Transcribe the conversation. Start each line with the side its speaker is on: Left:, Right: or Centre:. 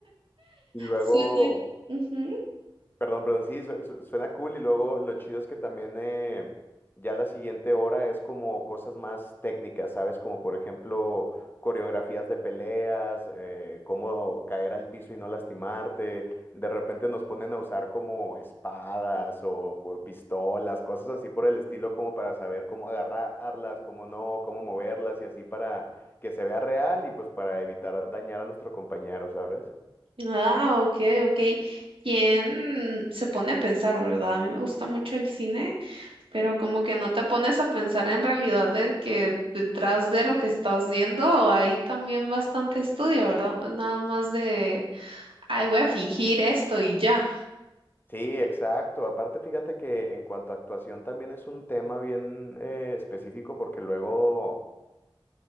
Left: Y luego,
Right: Sí. Ujú.
Left: Perdón, perdón, sí, su- su- suena cool y luego lo chido es que también eh, ya la siguiente hora es como cosas más técnicas, ¿sabes? Como por ejemplo coreografías de peleas, eh, cómo caer al piso y no lastimarte. De repente nos ponen a usar como espadas o co- pistolas, cosas así por el estilo como para saber cómo agarrarlas, cómo no, cómo moverlas y así para que se vea real y pues para evitar dañar a nuestro compañero, ¿sabes?
Right: Ah, ok, ok. ¿Quién se pone a pensar, verdad? A mí me gusta mucho el cine. Pero como que no te pones a pensar en realidad de que detrás de lo que estás viendo hay también bastante estudio, ¿verdad? No es nada más de, ay, voy a fingir esto y ya.
Left: Sí, exacto. Aparte, fíjate que en cuanto a actuación también es un tema bien eh, específico porque luego...